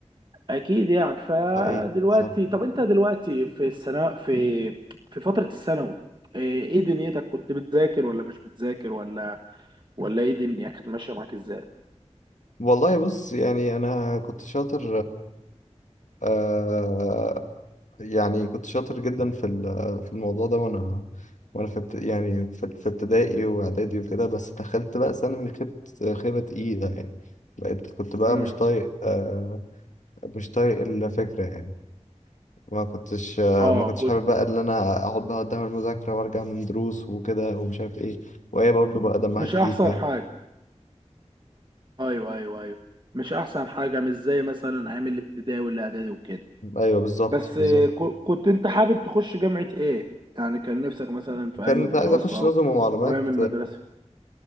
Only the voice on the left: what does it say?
حقيقي صح
والله بص يعني انا كنت شاطر آه يعني كنت شاطر جدا في ال- في الموضوع ده وانا وانا في ابت- يعني في في ابتدائي واعدادي وكده بس دخلت بقى ثانوي خبت خيبة تقيلة يعني بقيت كنت بقى
مش طايق آه، مش طايق الفكرة يعني ما كنتش آه،
ما كنتش
حابب بقى ان انا اقعد بقى قدام المذاكرة وارجع من دروس وكده ومش عارف ايه وهي برضه بقى دمها
تقيل
فاهم
ايوه بالظبط
بالظبط
كنت
عايز اخش نظم
ومعلومات